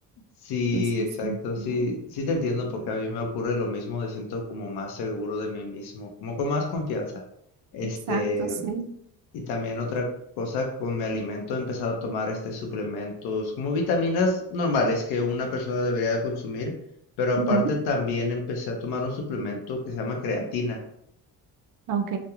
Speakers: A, on the left; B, on the right.
A: Sí,
B: Entonces,
A: exacto,
B: sí, ujú,
A: sí, sí te entiendo porque a mí me ocurre lo mismo, me siento como más seguro de mí mismo, como con más confianza. Este,
B: exacto, sí.
A: Y también otra cosa con mi alimento, he empezado a tomar este suplementos como vitaminas normales que una persona debería de consumir, pero aparte
B: ujú,
A: también empecé a tomar un suplemento que se llama creatina,
B: ah, Ok,